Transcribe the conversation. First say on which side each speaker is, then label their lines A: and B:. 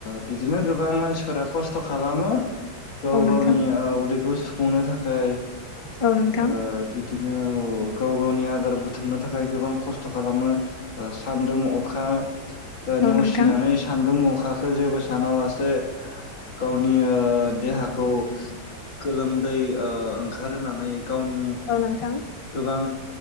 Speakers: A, on the left; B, on the left.
A: बिदिनो गोबां मानसिफोरा खस्थ खालामो । गाव
B: औ
A: गावनि
B: नोंथां
A: उदैखौ सुफुंनो थाखाय ओ
B: औ नोंथां
A: बि बिदिनो औ गाव गावनि आदार बुथुमनो थाखाय गोबां खस्थ खालामो ओ सान्दुं अखा ओ
B: औ
A: नेवसिनानै
B: नोंथां
A: सान्दुं अखाखौ जेबो सानालासे गावनि ओ देहाखौ गोलोमदै ओ ओंखारहोनानै गावनि
B: औ नोंथां
A: गोबां